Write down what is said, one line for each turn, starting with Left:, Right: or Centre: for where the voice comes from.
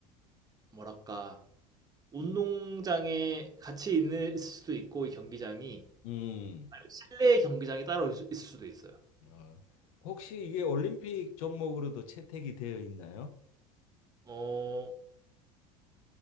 Right: 뭐랄까 운동장에 같이 있는 있을 수도 있고 이 경기장이
Left: 음.
Right: 아니면 실내 경기장이 따로 있- 있을 수도 있어요.
Left: 아, 혹시 이게 올림픽 종목으로도 채택이 되어 있나요?
Right: 어,